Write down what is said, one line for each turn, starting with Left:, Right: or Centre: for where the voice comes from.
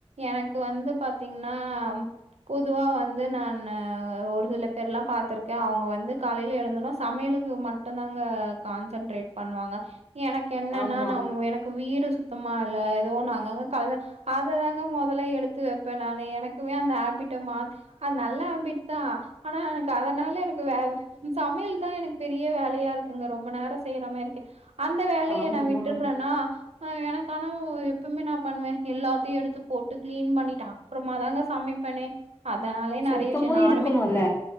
Right: எனக்கு வந்து பா த்தீங்ன்னா பொதுவா வந்து நானு ஒரு சில பேர்லா பாத்திருக்கே அவுங்க வந்து காலைல எழுந்தொன்னே சமையலுக்கு மட்டுந்தாங்க கான்சன்ட்ரேட் பண்ணுவாங்க எனக்கு என்னனா
Left: ஆமா
Right: நம் எனக்கு வீடு சுத்தமா இல்ல எதோ ஒன்னு அங்கங்க கடந்தா அததாங்க மொதல்ல எடுத்து வெப்பே நானு எனக்குமே அந்த ஹேபிட்ட மாத் அத் நல்ல ஹேபிட்டுதா ஆனா எனக்கு அதனால எனக்கு வே ம் சமையல்தா எனக் பெரிய வேலையா இருக்குங்க ரொம்ப நேரோ செய்ற மார்ருக்கு அந்த வேலைய
Left: ஆமா
Right: நா விட் ஆ அ எனக்கானா எப்பமே நா பண்வே எல்லாத்தயு எடுத்து போட்டு க்ளீன் பண்ணீட்டு அப்றமாதாங்க சமைப்பனே அதனாலயே
Left: சுத்தமு
Right: நெறைய விஷ்யோ நானுமே
Left: இருக்கணுல்ல